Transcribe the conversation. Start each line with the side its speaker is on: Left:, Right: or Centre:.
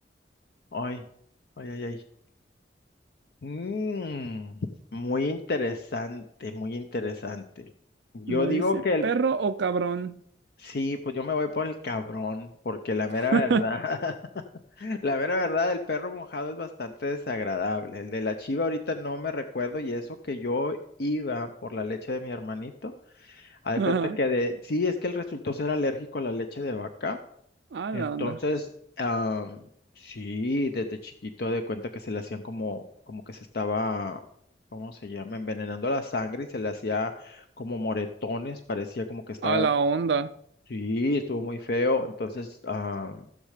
Left: Ay, ay, ay, ay. Mm, muy interesante, muy interesante. Yo
Right: Me
Left: digo
Right: dice,
Left: que el,
Right: ¿perro o cabrón?
Left: sí, pues yo me voy por el cabrón, porque la mera
Right: <laughs>
Left: verdad, <laughs> la mera verdad, el perro mojado es bastante desagradable. El de la chiva ahorita no me recuerdo y eso que yo iba por la leche de mi hermanito, haz de
Right: Ajá.
Left: cuenta que de, sí, es que él resultó ser alérgico a la leche de vaca.
Right: A
Left: Entonces,
Right: la onda.
Left: am, sí, desde chiquito de cuenta que se le hacían como, como que se estaba, ¿cómo se llama? Envenenando la sangre y se le hacía como moretones, parecía como que estaba,
Right: A la onda.
Left: sí, estuvo muy feo. Entonces, am,